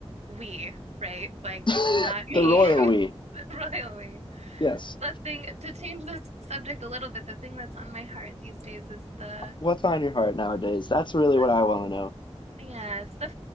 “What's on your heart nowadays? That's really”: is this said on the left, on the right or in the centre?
Left